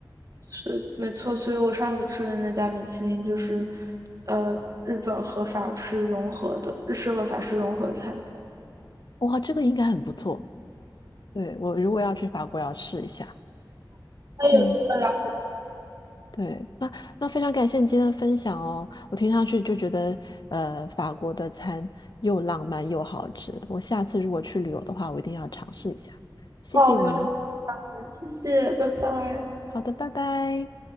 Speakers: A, on the right; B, on the left.
A: 是没错。所以我上次吃的那家米其林就是，呃，日本和法式融合的，日式和法式融合菜。
B: 哇，这个应该很不错。对，我如果要去法国，要试一下。
A: 还有一个啦，
B: 嗯，对，那那非常感谢你今天的分享哦。我听上去就觉得，呃，法国的餐又浪漫又好吃。我下次如果去旅游的话，我一定要尝试一下。谢谢你。
A: 好，有可能，谢谢，拜拜。
B: 好的，拜拜。